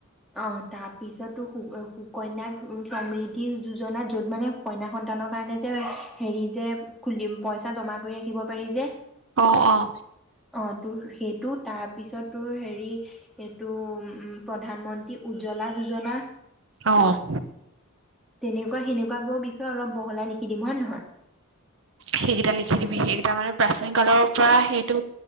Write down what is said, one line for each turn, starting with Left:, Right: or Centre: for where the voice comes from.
Centre: অ তাৰ পিছতোঁ সুকন্যা সমৃদ্ধি যোজনাত য'ত মানে, কনা সন্তানৰ কাৰণে যে, হেৰি যে খুলি, পইচা জমা কৰি ৰাখিব পাৰি যে।
Right: অ' অ'
Centre: অ', তোৰ সেইটো তাৰপিছত তোৰ‌ হেৰি, ‌ সেইটো, প্ৰধানমন্ত্ৰী এই উজ্বলা যোজনা
Right: অ'।
Centre: তেনেকুৱা সেনেকুৱাবোৰৰ বিষয়ে অলপ বহলাই লিখি দিম হয় নহয়?
Right: সেইকেইটা লিখি দিবি সেইকেইটা মানে প্ৰাচীন কালৰ পৰা সেইটো